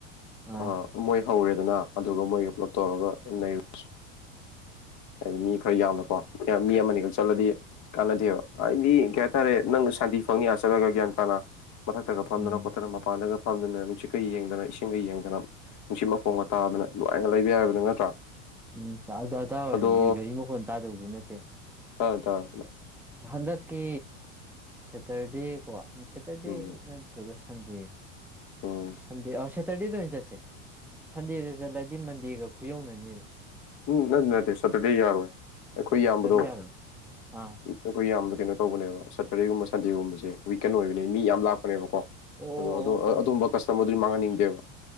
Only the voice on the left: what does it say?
ꯑ ꯃꯣꯏ ꯍꯧꯔꯦꯗꯅ ꯑꯗꯨꯒ ꯃꯣꯏꯒ ꯄꯨꯂꯞ ꯇꯧꯔꯒ ꯅꯩꯔꯨꯁꯤ ꯍꯥꯏꯗꯤ ꯃꯤ ꯈꯔ ꯌꯥꯝꯅꯀꯣ ꯃꯤ ꯑꯃꯅꯤꯈꯛ ꯆꯠꯂꯗꯤ ꯀꯥꯟꯅꯗꯦꯕ ꯍꯥꯏꯗꯤ ꯀꯩ ꯍꯥꯏꯇꯥꯔꯦ ꯅꯪ ꯁꯥꯟꯇꯤ ꯐꯪꯉꯤ ꯑ ꯆꯠꯂꯒ ꯒ꯭ꯌꯥꯟ ꯇꯥꯅ ꯃꯊꯛꯇꯒ ꯐꯝꯗꯅ
ꯈꯣꯠꯇꯅ ꯃꯄꯥꯟꯗꯒ ꯐꯝꯗꯅ ꯅꯨꯡꯁꯤꯠ ꯀ ꯌꯦꯡꯗꯅ ꯏꯁꯤꯡꯒ ꯌꯦꯡꯗꯅ ꯅꯨꯡꯁꯤꯠ ꯃꯈꯣꯡꯒ ꯇꯥꯗꯅ ꯅꯨꯡꯉꯥꯏꯅ ꯂꯩꯕ ꯌꯥꯏꯕꯗꯣ ꯅꯠꯇ꯭ꯔꯥ
ꯑꯗꯣ
ꯀꯗ
ꯎꯝ
ꯎꯝ
ꯎꯝ ꯅꯠꯇꯦ ꯅꯠꯇꯦ ꯁꯇꯔꯗꯦ ꯌꯥꯔꯣꯏ ꯑꯩꯈꯣꯏ ꯏꯌꯥꯝꯕꯗꯣ
ꯑꯩꯈꯣꯏ ꯌꯥꯝꯕꯗꯣ ꯀꯩꯅꯣ ꯇꯧꯕꯅꯦꯕ ꯁꯦꯇꯔꯗꯦꯒꯨꯝꯕ ꯁꯟꯗꯦꯒꯨꯝꯕꯁꯦ ꯋꯤꯀꯦꯟ ꯑꯣꯏꯕꯅꯦ ꯃꯤ ꯌꯥꯝ ꯂꯥꯛꯄꯅꯦꯕꯀꯣ
ꯑꯗꯣ
ꯑꯗꯨꯨꯝꯕ ꯀꯁꯇꯃꯔꯗꯨꯗꯤ ꯃꯥꯡꯍꯟꯅꯤꯡꯗꯦꯕ